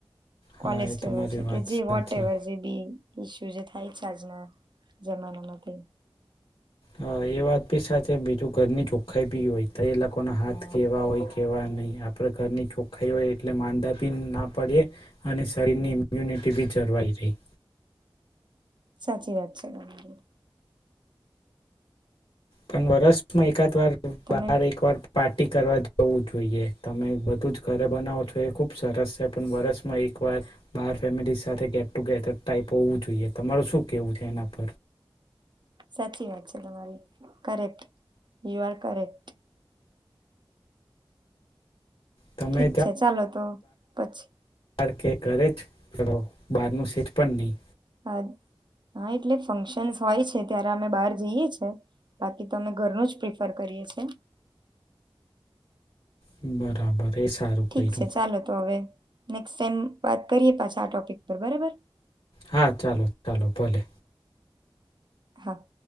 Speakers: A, on the left; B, on the right.
A: હા
B: કોલેસ્ટ્રલ
A: એ તમારી
B: છે
A: વાત
B: કે જે
A: સાચી
B: વોટ એવર જે બી ઇસ્યુ જે થાય. છા જ ને. જમાનામા તે
A: હા, એ વાત બી સાચે. બીજું ઘરની ચોખાઈ બી હોય તો એ લોકો ના હાથ કેવા હોય કેવા નય. આપળે ઘરની ચોખ્ખાઈ હોય એટલે માંદા બી ના પડીએ અને શરીરની ઇમ્યુનિટી બી જળવાઈ રેય.
B: સાચી વાત છે. <unintelligible>
A: પણ વર્ષમાં એકાદ વાર
B: તમે
A: બાર એકવાર પાર્ટી કરવા જવું જોઈએ. તમે બધું જ ઘરે બનાવો છો એ ખુબ સરસ છે. પણ, વરસમાં એક વાર બાર ફેમિલી સાથે ગેટ ટુ ગેધર ટાઈપ હોવું જોઈએ. તમારું શું કેવું છે એના પર?
B: સાચી વાત છે તમારી. કરેક્ટ. You are correct.
A: તમે
B: ઠીક છે. ચાલો તો પછી
A: બાર કે ઘરે જ કરો? બારનું સેજ પણ નહી.
B: હા, હા, એટલે ફંક્શન્સ હોય છે. ત્યારે અમે બહાર જઈએ છે. બાકી તો, અમે ઘરનું જ પ્રિફર કરીએ છે.
A: બરાબર. એ સારું
B: ઠીક
A: કર્યું.
B: છે, ચાલો તો હવે નેક્સ્ટ ટાઈમ વાત કરીએ પાછા આ ટોપિક પર, બરાબર.
A: હા, ચાલો ચાલો ભલે.
B: હા.